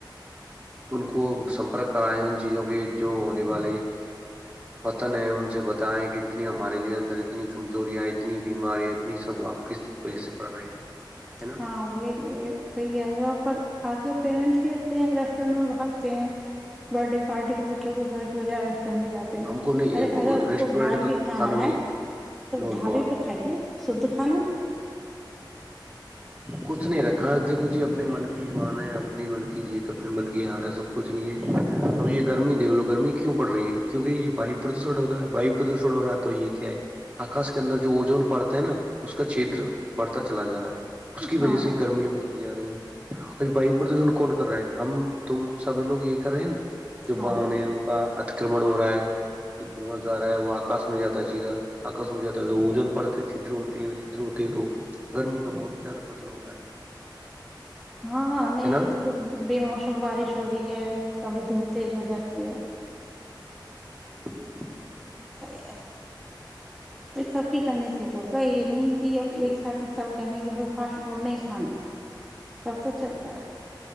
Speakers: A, on the right; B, in the centre.
A: ان کو سمپرک کرائیں ان چیزوں کے جو ہونے والے پتن ہیں ان سے بتائے کہ اتنی ہمارے لیے اندر اتنی کمزوریاں اتنی بیماریاں اتنی سب آپ کس وجہ سے پڑ رہے ہیں ہے نا
B: ہاں بیا یہ تو ہی ہےا پر آج ک پییرنٹس ہی آستے ہیں ریسٹورینٹ میں بھاگتے ہیں برھ ڈے پارٹی میں بچوں کو گھر کی بجائے پ لے جاتے ہیں
A: ہم کو نہیں
B: ارے اگر اس
A: ریسٹورینٹ
B: کو باہر
A: کا
B: بھی کھانا آئے
A: نہیں
B: تو
A: نو
B: ڈھابے
A: نو
B: پہ کھائیے شھ کھانا
A: کچھ نہیں رکھا اس کوھ اپنی من کی مان ہے اپنی من کی جیت اپنی من کی ہار ہے سب کچھ نہیں ہے اب یہ گرمی دیکھ لو گرمی کیوں پڑ رہی ہے کیوںکہ یہ وایو پردوشن ہو رہا ہے واو پردوشن ہو رہا ہے تو یہ کیا ہے آکاش کے اندر جو وجون بڑتا ہے نا اس کا چھیدر بڑھتا چلا جا رہا ہے اس کی وجہ
B: ہاں
A: سے گرمیاں بڑتی جا رہی ہیں اور وایو پردوشن کون کر رہا ہے ہم تم سبھی لوگ یہ کر رہے ہیں نا جو
B: ہاں
A: باہن
B: جی
A: ہے ان کا اچ اکرمن ہو رہا ہے جو دھواں جا رہا ہے وہ آکاش میں جاتا ہے سیدھا آکش میں جاتا ہے وجن پڑتا چھدر ہوتے ہیں چدر ہوتے ہیں تو گرمی کا بہت زیادہ بدلوود ہے
B: ہاں نہیں
A: ہے نا
B: تو دیک بےموسم بارش ہو رہی ہے کبھی دھوپ تیز ہو جاتی ہے
A: ج وغیر
B: اییسا ب سب کے کرنے سے کہوگا یہ نہیں کہ اب ایک ساتھ ہی سب کہیں کہ ہمیں فاسٹ فوڈ نہیں کھانے تب تو چلتا ہے